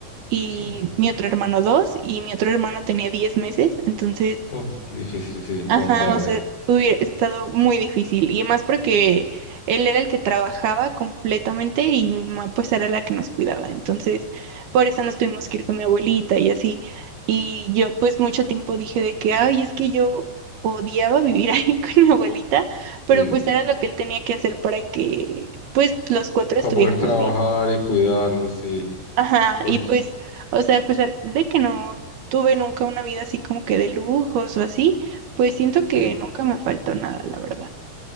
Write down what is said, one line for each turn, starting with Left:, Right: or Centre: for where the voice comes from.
Right: y
Left: Sí.
Right: mi otro hermano dos y mi otro hermano tenía diez meses, entonces
Left: Oh, difícil, sí, para
Right: Ajá,
Left: un padre.
Right: o sea, hubiera estado muy difícil. Y más porque él era el que trabajaba completamente y mi mamá pues era la que nos cuidaba. Entonces, por eso nos tuvimos que ir con mi abuelita y así. Y yo pues mucho tiempo dije de que, ay, es que yo odiaba vivir <laughs> ahí con mi abuelita,
Left: Sí,
Right: pero pues era lo que él tenía que hacer para que pues los cuatro
Left: para
Right: estuviéramos
Left: poder trabajar
Right: bien.
Left: y cuidarlo, sí.
Right: Ajá,
Left: Porque,
Right: y pues, o sea, a pesar de que no tuve nunca una vida así como que de lujos o así, pues siento
Left: sí,
Right: que nunca me faltó nada, la verdad.